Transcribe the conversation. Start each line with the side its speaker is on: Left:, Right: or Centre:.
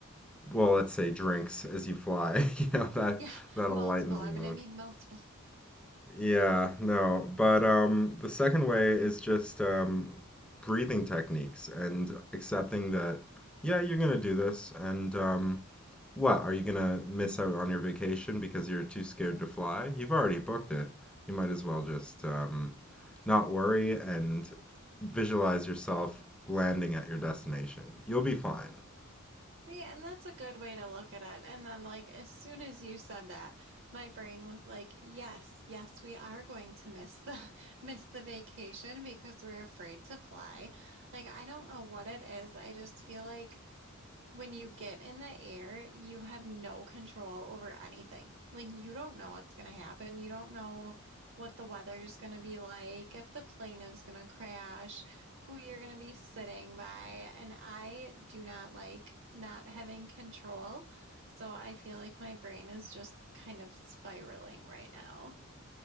Centre: well, let's say drinks as you fly. <laughs> You know, that
Right: Yeah,
Centre: that'll
Right: multiple.
Centre: lighten the
Right: I'm
Centre: load.
Right: gonna need multiple.
Centre: Yeah, no. But um, the second way is just um, breathing techniques and accepting that, yeah, you're gonna do this. And um, what, are you gonna miss out on your vacation because you're too scared to fly? You've already booked it. You might as well just um, not worry and visualize yourself landing at your destination. You'll be fine.
Right: Yeah, and that's a good way to look at it. And then, like, as soon as you said that, my brain was like, yes, yes, we are going to miss the <laughs> miss the vacation because we're afraid to fly. Like, I don't know what it is. I just feel like When you get in the air, you have no control over anything. Like, you don't know what's going to happen. You don't know what the weather's going to be like, if the plane is going to crash, who you're going to be sitting by. And I do not like not having control. So I feel like my brain is just kind of spiraling right now.